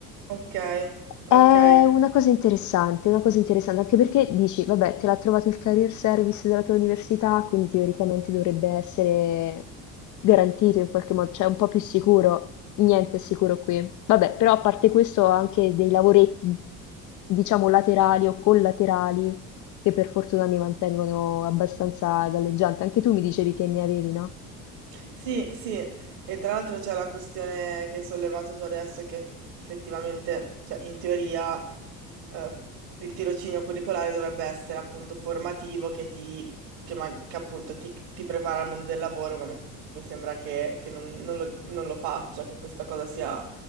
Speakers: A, on the right; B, on the left.
A: Ok, ok.
B: è una cosa interessante, una cosa interessante, anche perché dici, vabbè, te l'ha trovato il career service della tua università, quindi teoricamente dovrebbe essere garantito in qualche modo, cioè un po' più sicuro. Niente è sicuro qui. Vabbè, però a parte questo ho anche dei lavoretti, diciamo, laterali o collaterali che per fortuna mi mantengono abbastanza galleggiante. Anche tu mi dicevi che ne avevi, no?
A: Sì, sì, e tra l'altro c'è la questione che hai sollevato tu adesso, che effettivamente, cioè in teoria, eh, il tirocinio curricolare dovrebbe essere appunto formativo, che ti, che ma- che appunto ti, ti prepara al mondo del lavoro, ma mi sembra che, che non, non lo, non lo faccia, che questa cosa sia,